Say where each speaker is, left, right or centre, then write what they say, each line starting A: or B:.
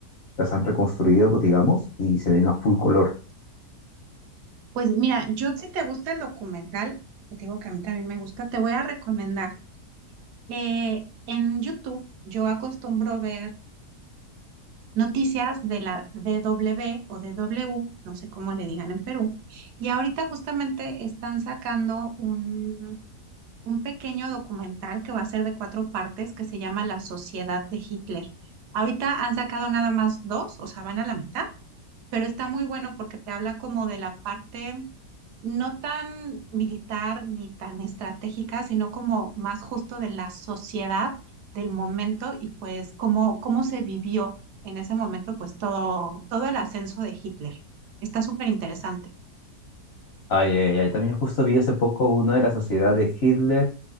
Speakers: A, on the left; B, on the right.
A: las han reconstruido, digamos, y se ven a full color.
B: Pues mira, yo si te gusta el documental, que te digo que a mí también me gusta, te voy a recomendar. eh, en YouTube yo acostumbro ver... noticias de la D W o D W, no sé cómo le digan en Perú, y ahorita justamente están sacando un, un pequeño documental que va a ser de cuatro partes que se llama La Sociedad de Hitler. Ahorita han sacado nada más dos, o sea, van a la mitad, pero está muy bueno porque te habla como de la parte no tan militar ni tan estratégica, sino como más justo de la sociedad del momento y pues cómo, cómo se vivió en ese momento pues todo, todo el ascenso de Hitler. Está súper interesante.
A: Ay, ay, ay, También justo vi hace poco una de la sociedad de Hitler,